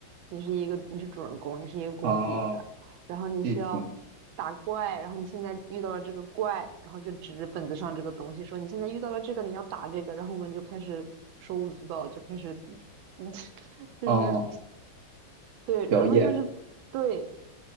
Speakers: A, on the right; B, on the right.
A: 你是一个你是主人公，你是一个公主，
B: 哦，
A: 然后你是要
B: 剧情，
A: 打怪，然后你现在遇到了这个怪，然后就指着本子上这个东西说你现在遇到了这个，你要打这个，然后我们就开始手舞足蹈，就开始，<laughs> 嗯，就是
B: 哦，
A: 对，
B: 表演，
A: 然后就是对，